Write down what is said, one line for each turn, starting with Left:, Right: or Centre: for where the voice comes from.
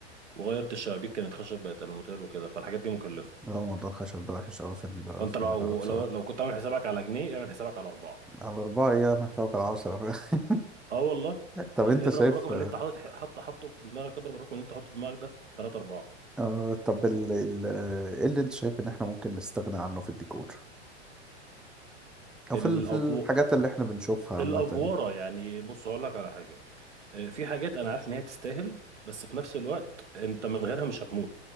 Right: وغيرت الشبابيك كانت خشب بقت الموتيل وكده فالحاجات دي مكلفه
Centre: لا موضوع الخشب ده وحش قوي في ال-
Right: فانت
Centre: في
Right: لو
Centre: النجارة بصراحة
Right: لو لو كنت عامل حسابك على جنيه اعمل حسابك على اربعه
Centre: على أربعة أيام هتلاقوا على عشرة <laughs>
Right: اه والله
Centre: طب
Right: يعني
Centre: أنت
Right: اضرب
Centre: شايف
Right: الرقم اللي انت حاطط حط حطه في دماغك اضرب الرقم اللي انت حاطه في دماغك ده في 3 4
Centre: آه، طب ال... ال... آه، إيه اللي أنت شايف إن إحنا ممكن نستغنى عنه في الديكور أو
Right: الافو
Centre: في ال... في الحاجات اللي إحنا بنشوفها عامة
Right: الافوره
Centre: يعني
Right: يعني بص هقول لك على حاجه آه، في حاجات انا عارف ان هي تستاهل بس في نفس الوقت انت من غيرها مش هتموت